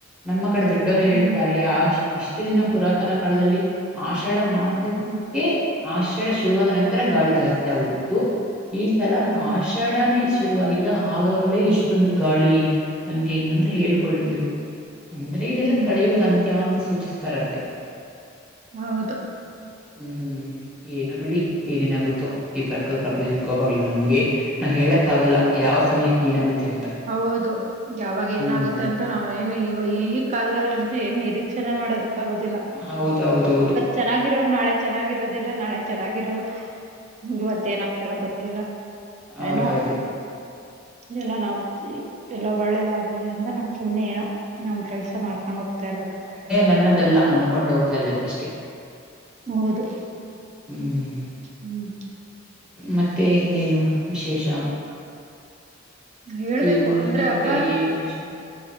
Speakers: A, in the centre; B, on the right.
A: ನಮ್ಮ ಕಡೆ ದೊಡ್ಡವರು
B: ಹ್ಮ್
A: ಹೇಳುತ್ತಾರೆ ಆ್ ಇಷ್ಟು ದಿನ ಪುರಾತನ ಕಾಲದಲ್ಲಿ ಆಷಾಢ ಮಾ <unintelligible>
B: ಹ್ಮ್
A: ಆಶ್ರಯ ಶುರುವಾದ ನಂತರ ಗಾಳಿ ಜಾಸ್ತಿ ಆಗುತ್ತಿತ್ತು ಈ ಸಲ ಗಸದ
B: ಹ್ಮ್
A: ಶುರುವಲ್ಲ ಆಗಾಗಲೇ ಇಷ್ಟೊಂದು ಗಾಳಿ ನಂಗೆ ಹಂಗಂತ ಹ ಕೊಳ್ತಿದ್ರು
B: ಹ್ಮ್
A: ಅಂದ್ರೆ ಇದೆಲ್ಲ
B: ಹ್ಮ್
A: ಕಳಿಯುವುದು ಅಂತ್ಯ ಅಂತ ಸೂಚಿಸ್ತಾರಂತೆ
B: ಹೌದು
A: ಹ್ಮ್ ಏನು ಬಿಡಿ ಏನೇನಾಗುತ್ತೋ ಈ ಪ್ರಕ ಪ್ರಕೃತಿ ಕೋಪಗಳು ನಮ್ಗೆ ನಾವು ಹೇಳಕ್ಕಾಗಲ್ಲ ಯಾವ ಸಮಯಕ್ಕೆ ಏನಾಗುತ್ತೆ ಅಂತ
B: ಹೌದು ಯಾವಾಗ
A: ಹ್ಮ್
B: ಏನಾಗುತ್ತೆ ಅಂತ ನಾವ ಏನು ಇವ ಈ ಕಾಲರ್ ಅಂತ ಏನ್ ನಿರೀಕ್ಷಣೆ ಮಾಡೋದಕ್ಕ ಆಗುದಿಲ್ಲ
A: ಹೌದು ಹೌದು ಹೌದು
B: ಚೆನ್ನಾಗಿರೋರು ನಾಳೆ ಚೆನ್ನಾಗಿರೋದಿಲ್ಲ ನಾಳೆ ಚೆನ್ನಾಗಿರೋದು ಇವತ್ತು ಏನಾಗ್ತಾರೋ ಗೊತ್ತಿಲ್ಲ
A: ಹೌದೌದು
B: ಏನೋ ಎಲ್ಲ ನವು ಎಲ್ಲ ಒಳ್ಳೇದ ಆಾಗಲಿ ಅಂತ ನಮ್ ಸುಮ್ನೆ ಏನೋ ನಮ್ ಕೆಲ್ಸ ಮಾಡ್ಕೊಂಡ್ ಹೋಗ್ತಾ ಇರ್ಬೇಕಂತ
A: ನನ್ನದ್ದಲ್ಲ ಅನ್ಕೊಂಡು ಹೋಗ್ತಾ ಇರ್ಬೇಕ ಅಷ್ಟೇ
B: ಹೌದು
A: ಹ್ಮ್
B: ಹ್ಮ್
A: ಮತ್ತೆ ಇನ್ನೇನು ವಿಶೇಷ
B: ಹೇಳ್ಬೇಕು
A: ಏನು ನಿಮ್ಮ
B: ಅಂದ್ರೆ
A: ಕಡೆ
B: ಹಬ್ಬ
A: ಏನು ವಿಷಯ